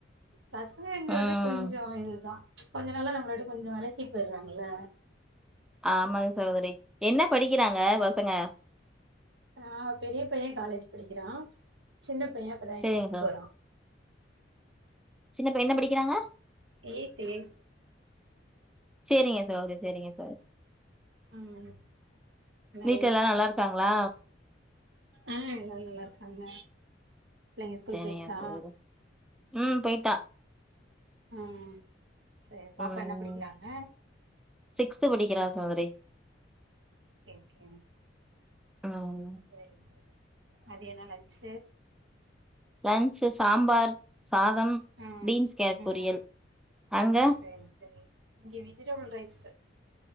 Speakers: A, on the right; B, in the centre.
A: பசங்கங்கறது
B: ம்
A: கொஞ்சோ இதுதா கொஞ்ச நாளா நம்மள விட்டு கொஞ்சோ வெளக்கி போயிறாங்கல்ல
B: ஆமாங்க சகோதரி என்ன படிக்கிறாங்க பசங்க
A: ஆஹ் பெரிய பைய காலேஜ் படிக்கிறா சின்ன பைய இப்ப தா
B: சரிங்க
A: எயித் போறா
B: சின்னப்பைய என்ன படிக்கிறாங்க
A: எய்த் எய்த்.
B: செரிங்க சகோதரி செரிங்கஸ் <unintelligible>
A: ஆஹ் <unintelligible>
B: வீட்ல எல்லாரும் நல்லா இருக்காங்களா?
A: ஆஹ் எல்லாம் நல்லா இருக்காங்க பிள்ளைங்க ஸ்கூல்
B: <unintelligible>
A: போயிருச்சா?
B: செய்யர உம் போயிட்டா
A: ம். சரி பாப்பா
B: உம்
A: என்ன படிக்கிறாங்க?
B: சிக்ஸ்த் படிக்கிறா சகோதரி
A: ஓகே ஓகே
B: ம்.
A: சரி சரி மதியம் என்ன லன்ச்
B: லன்ச்சு சாம்பார் சாதம்
A: ம்
B: பீன்ஸ் கேரட்
A: ம்
B: பொரியல் அங்க?
A: சரி சரி இங்க வெஜிடபிள் ரைஸ்